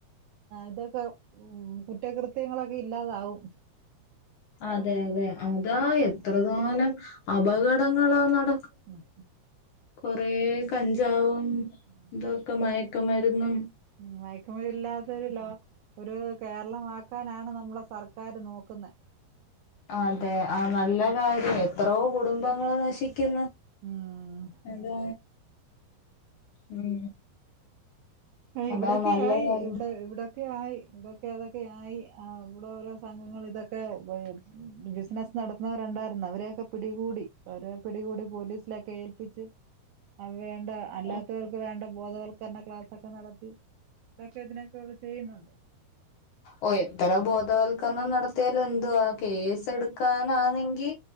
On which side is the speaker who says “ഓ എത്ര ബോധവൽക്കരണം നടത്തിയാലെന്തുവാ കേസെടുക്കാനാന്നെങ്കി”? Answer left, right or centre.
Left